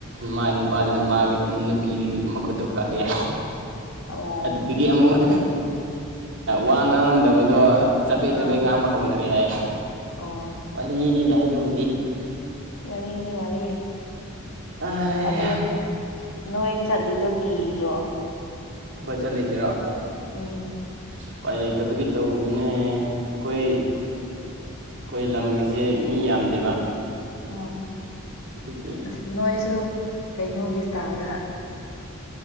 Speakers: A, on the right; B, on the left.
A: ꯃꯥꯏ ꯅꯨꯄꯥꯗꯨꯅ ꯃꯥꯒꯤ ꯅꯨꯄꯤꯗꯨꯒꯤ ꯃꯈꯨꯠꯇꯣ ꯀꯛꯑ ꯌꯥꯏ
B: ꯑꯣ
A: ꯑꯗꯨꯗꯒꯤ ꯑꯃꯨꯛ ꯋꯥ ꯉꯥꯡꯂꯝꯗꯕꯗꯣ ꯆꯄꯦꯠ
B: ꯑꯥ
A: ꯆꯄꯦꯠ ꯉꯥꯡꯕ ꯍꯧꯅꯔꯦ ꯍꯥꯏꯏ
B: ꯑꯣ
A: ꯋꯥꯔꯤꯅꯤꯗ ꯍꯥꯏꯕꯨ
B: ꯋꯥꯔꯤꯅꯤ ꯋꯥꯔꯤ
A: ꯑ
B: ꯑꯗꯨ ꯅꯣꯏ ꯆꯠꯂꯤꯗꯣ ꯀꯤꯗ꯭ꯔꯣ
A: ꯑꯩꯈꯣꯏ ꯆꯠꯂꯤꯁꯤꯔꯣ
B: ꯎꯝ
A: ꯎꯄꯥꯏ ꯂꯩꯇꯕꯒꯤ ꯇꯧꯕꯅꯤꯅꯦ ꯑꯩꯈꯣꯏ ꯑꯩꯈꯣꯏ ꯂꯝꯒꯤꯁꯦ ꯃꯤ ꯌꯥꯝꯗꯦꯕ
B: ꯑꯣ
A: ꯑꯗꯨꯒꯤ
B: ꯑ ꯅꯣꯏꯁꯨ ꯀꯩꯅꯣꯒꯤ ꯏꯁꯇꯥꯏꯜꯗ